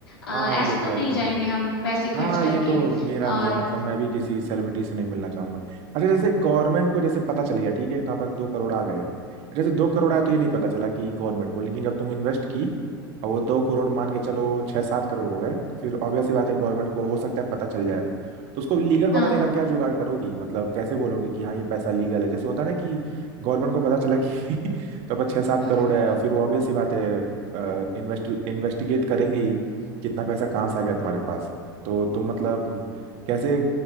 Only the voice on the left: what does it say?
अ,
ऐसे
तो
नहीं
जाएंगे
हम पैसे
खर्च करके
और
हम्म,
हाँ हाँ
<laughs>